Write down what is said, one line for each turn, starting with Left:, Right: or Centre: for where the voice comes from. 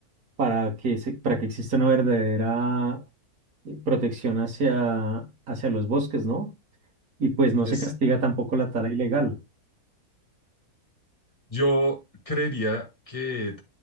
Right: para que se- para que exista una verdadera eh, protección hacia, hacia los bosques, ¿no? Y pues no
Left: Exacto.
Right: se castiga tampoco la tala ilegal.
Left: Yo creería que